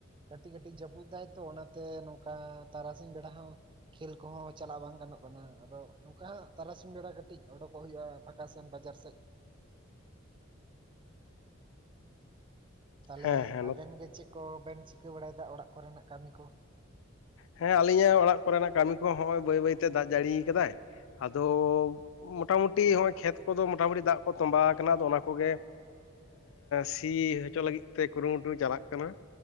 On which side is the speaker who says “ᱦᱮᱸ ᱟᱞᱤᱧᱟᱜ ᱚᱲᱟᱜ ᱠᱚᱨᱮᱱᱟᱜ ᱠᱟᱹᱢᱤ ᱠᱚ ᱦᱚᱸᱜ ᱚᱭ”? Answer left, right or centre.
Left